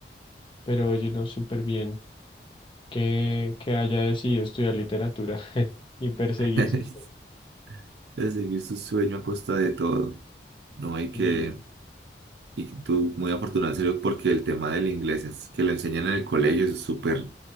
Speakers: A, on the left (about 30°); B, on the right (about 70°).
A: pero oye, no, súper bien. que, que haya decidido estudiar literatura <laughs> y perseguir
B: <laughs>
A: sus sueños.
B: Es seguir su sueño a costa de todo. No, y que,
A: Y
B: y tú muy afortunado en serio porque el tema del inglés es que lo enseñan en el colegio, eso es súper, o